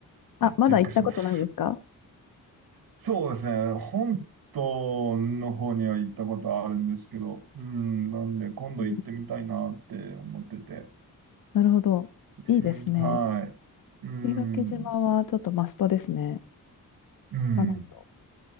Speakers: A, on the left; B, on the right.
A: あ、まだ行ったことないですか
B: チェックします。そうですね。本島の方には行ったことあるんですけど、うん、なんで今度行ってみたいなって思ってて。
A: うんなるほど。
B: うん、
A: いいですね。
B: はい。うん、
A: 石垣島はちょっとマストですね。
B: うん、
A: 行かないと。